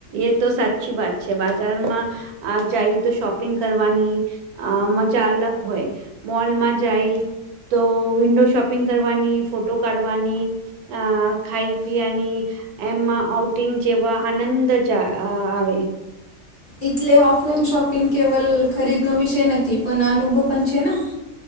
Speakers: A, on the right (about 85°); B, on the left (about 50°).
A: એ તો સાચી વાત છે, બાજારમાં આ જાય તો શોપિંગ કરવાની અ મજા અલગ હોય. મોલમાં જાય તો વિન્ડો શોપિંગ કરવાની ફોટો કાઢવાની અ ખાઈ પીની એમાં આઉટ કટિંગ જેવા આનંદ જ આવે.
B: એટલે ઓફલાઈન શોપિંગ કેવલ ખરીદનો વિષય નથી પણ આ અનુભવ પણ છે, ને